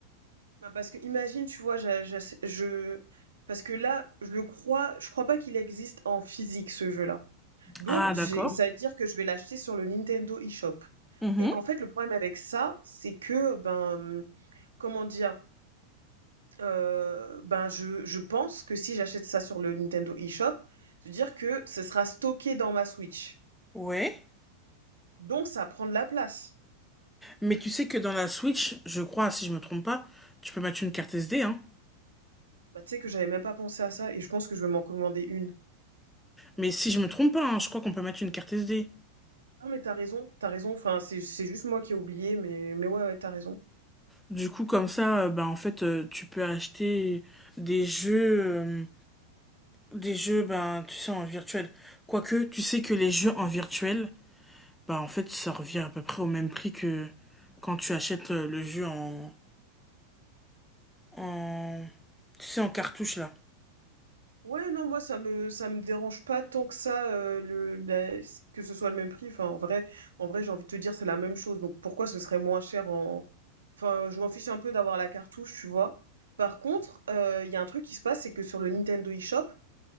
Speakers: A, on the right; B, in the centre.
A: Bah, parce que imagine, tu vois, j'a- j'ass- je, parce que là, je le crois, je crois pas qu'il existe en physique ce jeu-là. Donc,
B: Ah,
A: j'ai,
B: d'accord.
A: ça veut dire que je vais l'acheter sur le Nintendo eShop.
B: Mhm.
A: Et en fait, le problème avec ça, c'est que, ben, comment dire, euh, ben, je, je pense que si j'achète ça sur le Nintendo eShop, je veux dire que ce sera stocké dans ma Switch.
B: Ouais.
A: Donc, ça prend de la place.
B: Mais tu sais que dans la Switch, je crois, si je me trompe pas, tu peux mettre une carte SD, hein.
A: Bah, tu sais que j'avais même pas pensé à ça et je pense que je vais m'en commander une.
B: Mais si je me trompe pas, hein, je crois qu'on peut mettre une carte SD.
A: Non, mais t'as raison, t'as raison. Enfin, c'est, c'est juste moi qui ai oublié, mais, mais ouais, ouais, t'as raison.
B: Du coup, comme ça, euh, bah, en fait, euh, tu peux acheter des jeux... euh, des jeux, ben, tu sais, en virtuel. Quoique, tu sais que les jeux en virtuel, Bah, en fait, ça revient à peu près au même prix que quand tu achètes euh, le jeu en, en... Tu sais, en cartouche, là.
A: Ouais, non, moi, ça me, ça me dérange pas tant que ça, euh, le, la- que ce soit le même prix. Enfin, en vrai, en vrai, j'ai envie de te dire, c'est la même chose. Donc, pourquoi ce serait moins cher en, enfin, je m'en fiche un peu d'avoir la cartouche, tu vois. Par contre, euh, il y a un truc qui se passe, c'est que sur le Nintendo eShop,